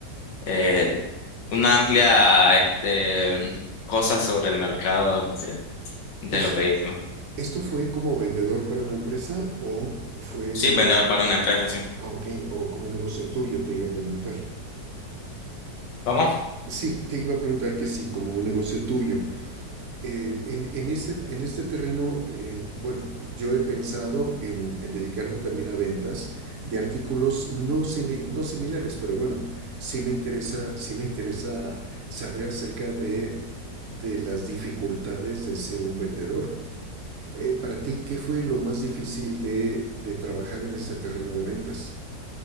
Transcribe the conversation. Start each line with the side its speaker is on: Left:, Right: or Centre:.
Left: eh, una amplia, este, cosa sobre el mercado de, de
Right: esto,
Left: los vehículos.
Right: ¿Esto fue como vendedor para una empresa o fue
Left: Sí,
Right: un negocio?
Left: vendedor para una empresa, sí.
Right: Ah, ok, o como un negocio tuyo, te iba a preguntar.
Left: ¿Cómo?
Right: Sí, te iba a preguntar que sí, como un negocio tuyo, Eh, en, en, este, en este terreno, eh, bueno, yo he pensado en, en, dedicarme también a ventas de artículos no, simi no similares, pero bueno, sí me interesa, sí me interesa saber acerca de, de las dificultades de ser un vendedor. Eh, para ti, ¿qué fue lo más difícil de, de trabajar en este terreno de ventas?